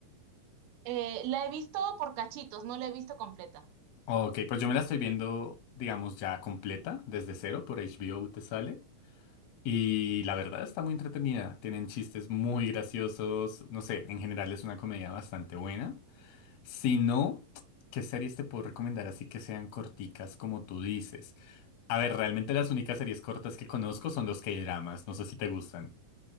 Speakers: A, on the right; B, on the left.
A: Eh, la he visto por cachitos, no la he visto completa.
B: Ok, pues yo me la estoy viendo, digamos, ya completa, desde cero, por HBO te sale. Y la verdad está muy entretenida. Tienen chistes muy graciosos. No sé, en general es una comedia bastante buena. Si no, ¿qué series te puedo recomendar así que sean corticas como tú dices? A ver, realmente las únicas series cortas que conozco son los K-dramas. No sé si te gustan.